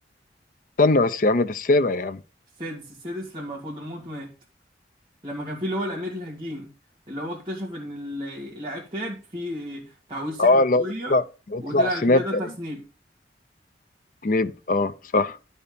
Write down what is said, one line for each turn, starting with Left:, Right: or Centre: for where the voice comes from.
Left: استنى بس يا عم ده السابع يا عم
Right: السادس السادس لما فولدمورت مات لما كان فيه اللي هو الامير الهجين اللي هو اكتشف ان ال- الكتاب فيه تعويذ سحر
Left: اه اللي
Right: قوية
Left: هو بيطلع بيطلع
Right: وطلع
Left: سناب
Right: الكتاب ده بتاع
Left: تقريبا
Right: سنيب
Left: سنيب اه صح